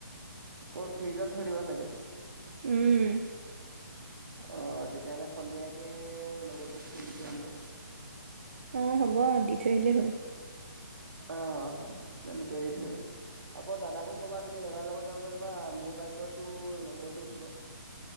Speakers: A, on the right; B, on the right.
A: ক'ত ফ্ৰিজত থৈ দিবা চাগে?
B: উম
A: অ' তেতিয়াহ'লে সন্ধিয়াকে লগৰটো সতি দি থৈ আহিম গৈ।
B: অঁ হ'ব দি থৈ আহিলেই হ'ল।
A: অ' তেনেকে দি থৈ আহিম। আকৌ দাদাকো ক'বা তুমি? দাদাৰ লগত যাব পাৰিবা, মোৰ বাইকতো লগৰটো উঠিব।